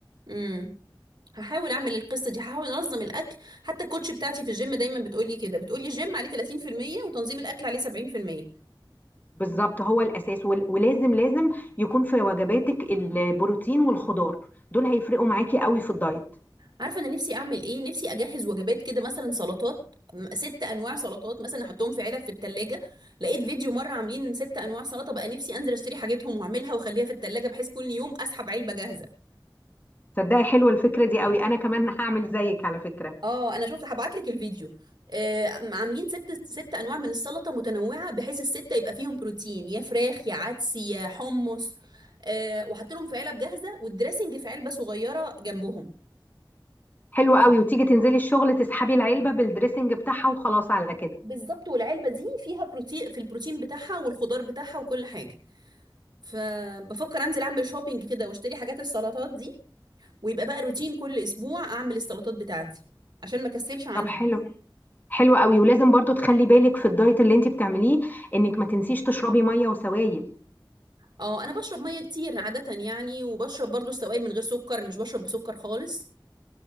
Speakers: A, on the right; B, on the left.
A: اه هحاول اعمل القصه دي هحاول انظم الاكل حتى الكوتش بتاعتي في الجيم دايما بتقولي كده بتقولي الجيم عليه 30% وتنظيم الاكل عليه 70%
B: بالظبط هو الاساس ول- ولازم لازم يكون في وجباتك البروتين والخضار دول هيفرقوا معاكي قوي في الدايت
A: عارفه انا نفسي اعمل ايه نفسي اجهز وجبات كده مثلا سلطات م- ست انواع سلطات مثلا احطهم في علب في التلاجة لقيت فيديو مره عاملين ست انواع سلطه بقى نفسي انزل اشتري حاجتهم واعملها واخليها في التلاجة بحيث كل يوم اسحب علبه جاهزه
B: تصدقي حلوة الفكرة دي قوي انا كمان <laughs> هعمل زيك على فكرة
A: اه انا شفت هبعت لك الفيديو آه عاملين ست ست انواع من السلطه متنوعه بحيث السته يبقى فيهم بروتين يا فراخ يا عدس يا حمص آه وحاطط لهم في علب جاهزه والدريسنج في علبه صغيره جنبهم
B: حلوة
A: كويس.
B: قوي وتيجي تنزلي الشغل تسحبي العلبة بالدريسنج بتاعها وخلاص على كده
A: بالظبط والعلبه دي فيها بروتين في البروتين بتاعها والخضار بتاعها وكل حاجه فبفكر انزل اعمل شوبينج كده واشتري حاجات السلطات دي ويبقى بقى روتين كل اسبوع اعمل السلطات بتاعتي عشان ما كسلش عنها
B: طب حلو حلو قوي ولازم برضو تخلي بالك في الدايت اللي انت بتعمليه انك ما تنسيش تشربي ميه وسوائل
A: اه انا بشرب ميه كتير عاده يعني وبشرب برضو السوائل من غير سكر مش بشرب بسكر خالص